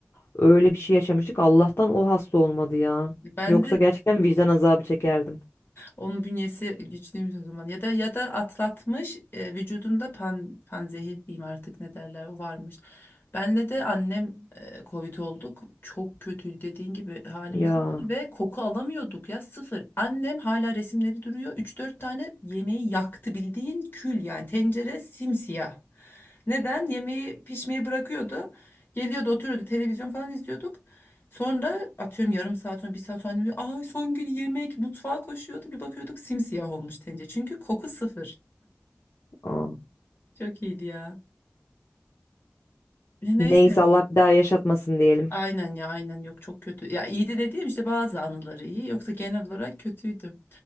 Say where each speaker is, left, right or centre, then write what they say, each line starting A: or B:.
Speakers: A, on the left; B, on the left.
A: Öyle bir şey yaşamıştık. Allah'tan o hasta olmadı ya.
B: ben
A: Yoksa
B: de
A: gerçekten vicdan azabı çekerdim.
B: Onun bünyesi güçlüymüş o zaman. Ya da ya da atlatmış e, vücudunda pan panzehir diyeyim artık ne derler o varmış. Benle de annem e, Covid olduk. Çok kötüydü dediğin gibi halimiz
A: Ya.
B: yok ve koku alamıyorduk ya sıfır. Annem hala resimleri duruyor. üç dört tane yemeği yaktı bildiğin kül yani tencere simsiyah. Neden? Yemeği pişmeyi bırakıyordu. Geliyordu oturuyordu televizyon falan izliyorduk. Sonra atıyorum yarım saat sonra bir saat sonra annem diyor, ay son gün yemek mutfağa koşuyordu bir bakıyorduk simsiyah olmuş tencere. Çünkü koku sıfır.
A: aa.
B: Çok iyiydi ya. Ya neyse.
A: Neyse Allah bir daha yaşatmasın diyelim.
B: Aynen ya aynen yok çok kötü. Ya iyiydi dediğim işte bazı anıları iyi yoksa genel olarak kötüydü.